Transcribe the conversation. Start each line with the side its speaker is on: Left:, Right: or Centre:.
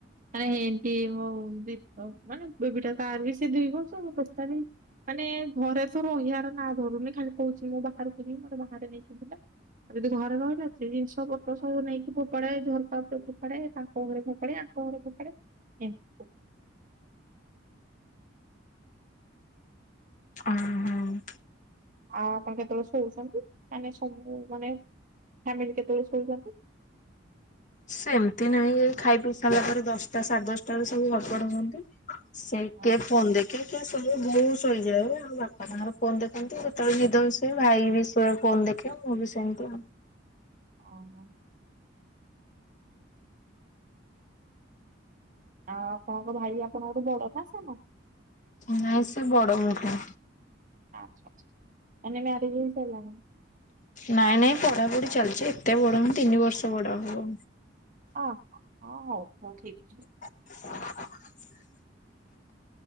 Right: ଆ ଏମତି ମୋ ଦି ମାନେ ବେବିଟା ତାର ବି ସେ ଦୁଇ ବର୍ଷ ମୁଁ ଟୋଟାଲି ମାନେ ଘରେ ତ ରହିଆର ନାଁ ଧରୁନି ଖାଲି କହୁଛି ମୁଁ ବାହାରକୁ ଯିବି ମୋତେ ବାହାରେ ନେଇକି ବୁଲା। ଯଦି ଘରେ ରହିଲା ସେ ଜିନିଷ ପତ୍ର ସବୁ ନେଇକି ଫୋପାଡେ ଝରକା ଉପରେ ଫୋ ପାଡେ ତାଙ୍କ ଘର ଫୋପାଡେ ଆଙ୍କ ଘରେ ଫୋପାଡେ ଏମତି
Left: ହଁ ହଁ।
Right: ଆଉ ଆପଣ କେତେବେଳେ ଶୋଉଛନ୍ତି ମାନେ ସ ମାନେ ଫାମିଲି କେତେବେଳେ ଶୋଉଛନ୍ତି?
Left: ସେମିତି ନାହିଁ ଖାଇ ପିଇ ସାରିଲା ପରେ ଦଶଟା ସାଢେ ଦଶଟା ବେଳେ ସବୁ ଘରପଡା ହୁଅନ୍ତି। ସେଇ
Right: ହଁ
Left: କେ ଫୋନ ଦେଖ <unintelligible> ବହୁତ ସହିଯାଏ ଆଉ ବାପା ତାଙ୍କର ଫୋନ ଦେଖନ୍ତି ଯେତେବେଳେ ନିଦ ହ ସିଏ ଭାଇ ବି ଶ ଫୋନ ଦେଖ ଆଖଁ ବି ସେମିତିଉ।
Right: ଓହୋ। ଆ ଆପଣ ଙ୍କ ଭାଇ ଆପଣଙ୍କ ଗୋଠୁ ବଡ ନା ସାନ।
Left: ନାଇଁ ସେ ବଡ ମୋ ଠୁ।
Right: ଆଛାଛା ମାନେ ମ୍ୟାରେଜ୍ ହେଇ ସାଇଲାଣି।
Left: ନାଇଁ ନାଇଁ ପଢାପଢି ଚାଲିଛି ଏତେ ବଡ ହନି ତିନି ବର୍ଷ ବଡ ହବ।
Right: ହ ହଁ ହଉ ହଉ ଠିକ୍ ଛି।
Left: <inaudible>